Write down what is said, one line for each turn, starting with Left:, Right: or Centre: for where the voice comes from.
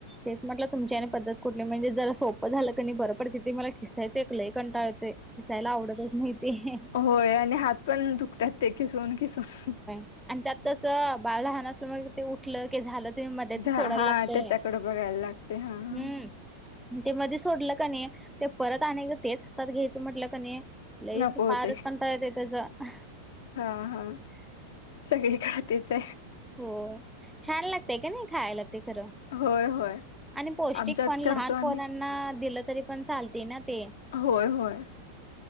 Centre: तेच म्हटलं तुमची आणी पद्धत कुठली म्हणजे जरा सोपं झालं क नी बरं पडत, ते मला किसायंच एक लइ कंटाळा येतोय. खिसायला आवडत नाही माहितीहे.
Left: होय आणि हात पण दुखतात ते किसून किसून ह ह.
Centre: आन् त्यात कसं बाळ लहान असल्यामुळे मग- ते उठल कि झालं ते मध्येच
Left: झा
Centre: सोडाय
Left: हा
Centre: लागतय,
Left: त्याच्याकडे बघायला लागते हा हा
Centre: हम्म. ते मदे सोडलं क नही, ते परत आणयच, तेच हातात घ्यायचं, म्हटलं क नही लईच,
Left: नको होते
Centre: पारच कंटाळा येत य त्याच
Left: हा हा.
Centre: <inaudible>
Left: सगळी खातीच ये.
Centre: हो, छान लागतय क नही खायला ते, खरं?
Left: होय होय
Centre: आणि पौष्टिक
Left: आमच्यात
Centre: पण, लहान
Left: करतो आम्ही
Centre: पोरांना दिलं, तरी पण चालते ना ते.
Left: होय होय,